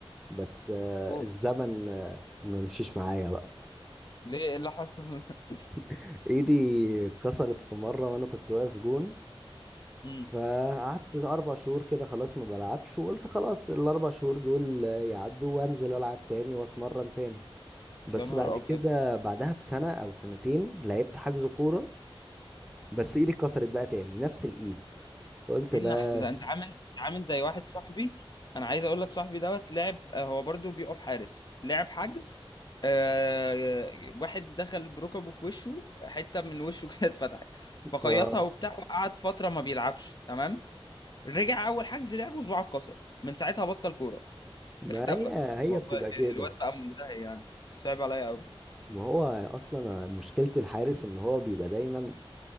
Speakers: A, in the centre; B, on the left.
A: بس آه،
B: اوه
A: الزمن آه، ما مشيش معايا بقى
B: ليه إيه اللي حصل <laughs>
A: <laughs> ايدي اتكسرت في مرة وانا كنت واقف جون
B: امم
A: فقعدت اربع شهور كده خلاص ما بلعبش وقلت خلاص الاربع شهور دول آه، يعدوا وانزل العب تاني واتمرن تاني بس
B: يا نهار
A: بعد
B: ابيض
A: كده بعدها بسنة او سنتين لعبت حجز كورة بس ايدي اتكسرت بقى تاني نفس الايد قلت
B: ايه النحس
A: بس
B: ده انت عامل عامل زي واحد صاحبي انا عايز اقول لك صاحبي دوت لعب آه، هو برضو بيقف حارس لعب حجز آه واحد دخل بركبه في وشه حتة من وشه <laughs> كده اتفتحت فخيطها
A: اه
B: وبتاع وقعد فترة ما بيلعبش تمام رجع اول حجز لعب وصباعه اتكسر من ساعتها بطل كورة
A: ما
B: اختفى
A: هي هي
B: والله
A: بتبقى كده
B: ال- الواد بقى منتهي يعني صعب عليا قوي
A: ما هو اصلا مشكلة الحارس ان هو بيبقى دايما